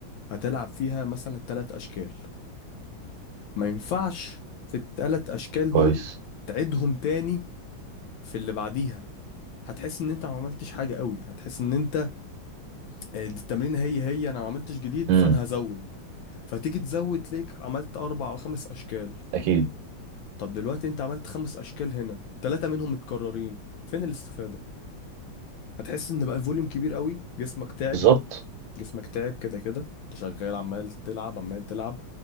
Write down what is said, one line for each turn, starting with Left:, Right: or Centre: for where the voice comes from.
Left: هتلعب فيها مثلا ثلاث أشكال ما ينفعش في الثلاث أشكال
Right: كويس
Left: دول تعيدهم تاني في اللي بعديها هتحس ان انت ما عملتش حاجة قوي هتحس ان انت آه، دي التمرينة هي هي انا ما عملتش جديد
Right: امم
Left: فانا هزود فتيجي تزود تلاقيك عملت أربع أو خمس أشكال
Right: اكيد
Left: طب دلوقتي انت عملت خمس أشكال هنا ثلاثة منهم متكررين فين الاستفادة هتحس ان بقى الفوليوم كبير قوي جسمك تعب
Right: بالظبط
Left: جسمك تعب كده كده انت شغال عمال تلعب عمال تلعب